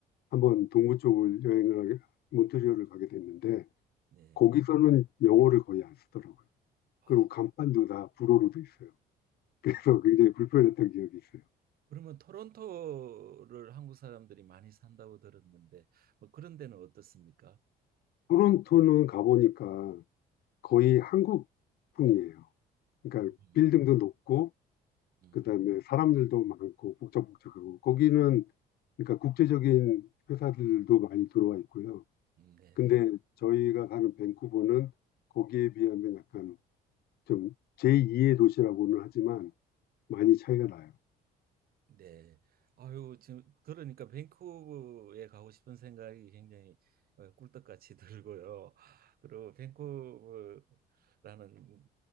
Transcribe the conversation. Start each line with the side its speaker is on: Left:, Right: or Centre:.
Left: 한번 동부 쪽을 여행을 하게, 몬트리올을 가게 됐는데
Right: 네.
Left: 거기서는 영어를 거의 안 쓰더라고요.
Right: 아,
Left: 그리고 간판도 다 불어로 돼 있어요. <laughs> 그래서
Right: 어,
Left: 굉장히 불편했던 기억이 있어요.
Right: 그러면 토론토를 한국 사람들이 많이 산다고 들었는데 뭐 그런 데는 어떻습니까?
Left: 토론토는 가보니까 거의 한국풍이에요. 그러니까
Right: 음,
Left: 빌딩도 높고
Right: 음,
Left: 그다음에 사람들도 많고 복잡복잡하고 거기는 그러니까 국제적인 회사들도 많이 들어와 있고요.
Right: 네.
Left: 근데 저희가 가는 밴쿠버는 거기에 비하면 약간 좀 제2의 도시라고는 하지만 많이 차이가 나요.
Right: 네. 아유, 지금 들으니까 밴쿠버에 가고 싶은 생각이 굉장히 어, 꿀떡같이 <laughs> 들고요. 그리고 밴쿠버라는